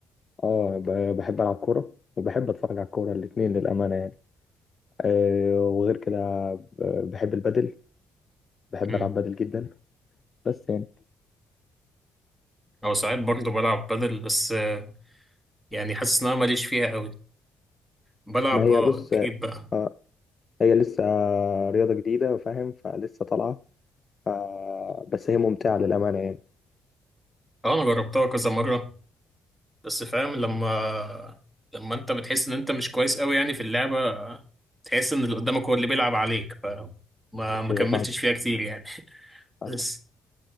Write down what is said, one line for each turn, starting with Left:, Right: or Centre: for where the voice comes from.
Left: اه ب- بحب العب كورة وبحب اتفرج على الكورة الاتنين للأمانة يعني آه، وغير كده آه، بحب البادل بحب
Centre: امم
Left: العب بادل جدا بس يعني
Centre: او ساعات برضه بلعب بدل بس آه، يعني حاسس ان انا ماليش فيها قوي بلعب
Left: ما هي
Centre: اه
Left: بص
Centre: اكيد بقى
Left: آه، هي لسه رياضة جديدة فاهم فلسه طالعة ف- بس هي ممتعة للأمانة يعني
Centre: اه انا جربتها كذا مرة بس فاهم لما لما انت بتحس ان انت مش كويس قوي يعني في اللعبة تحس ان اللي قدامك هو اللي بيلعب عليك فما ما
Left: أيوة
Centre: كملتش
Left: فاهم
Centre: فيها كتير يعني <laughs>
Left: فاهمك
Centre: بس